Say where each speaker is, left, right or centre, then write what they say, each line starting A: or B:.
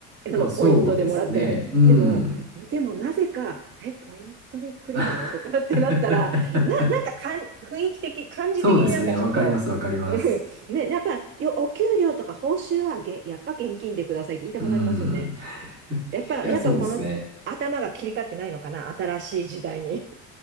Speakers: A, on the right (about 35°); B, on the right (about 55°).
A: <laughs> あの、
B: まあそうですね。
A: ポイントでもらっても。
B: うん。
A: でも、でもなぜか、え、ポイントでくれるのとかってなったら、
B: <laughs>
A: な、なんかかん、雰囲気的、感じ的になんかちょっと、
B: そうですね。わかります、わかります。
A: <laughs> うんね、やっぱよ、お給料とか報酬はげ、やっぱ現金でくださいって言いたくなりますよね。
B: うん。い
A: やっぱ、
B: や、
A: やっぱこの頭が切り替わってないのかな、
B: そうですね。
A: 新しい時代に。